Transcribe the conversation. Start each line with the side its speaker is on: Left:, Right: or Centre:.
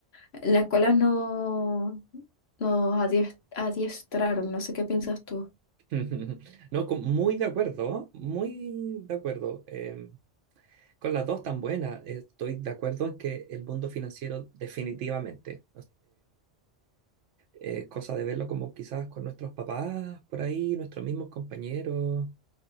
Left: en la escuela no nos adies- adiestraron, no sé qué piensas tú.
Right: <laughs> No, com- muy de acuerdo, muy de acuerdo. eh, con las dos tan buenas, estoy de acuerdo en que el mundo financiero definitivamente. eh, cosa de verlo como quizás con nuestros papás por ahí, nuestros mismos compañeros.